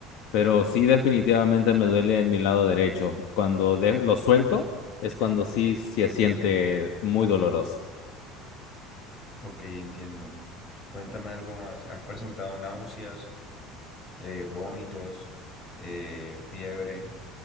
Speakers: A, on the left; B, on the left.
A: pero sí definitivamente me duele en mi lado derecho. Cuando de- lo suelto es cuando sí se siente muy doloroso.
B: Ok, entiendo. Cuéntame algo más. ¿Has presentado náuseas, eh, vómitos, eh, fiebre